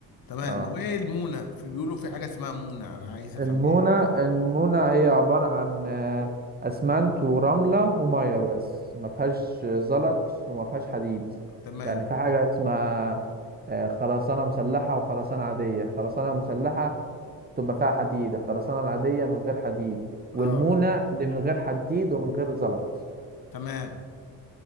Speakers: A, on the left; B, on the right.
A: تمام
B: اه
A: وايه المونة في بيقولوا في حاجة اسمها مونة انا عايز افهم
B: المونة
A: ايه
B: المونة هي عبارة عن آه، أسمنت ورملة ومية بس ما فيهاش زلط وما فيهاش حديد
A: تمام
B: يعني في حاجة اسمها آه، خرسانة مسلحة وخرسانة عادية خرسانة مسلحة تبقى فيها حديد الخرسانة العادية من غير حديد والمونة
A: اه
B: دي من غير حديد ومن غير زلط
A: تمام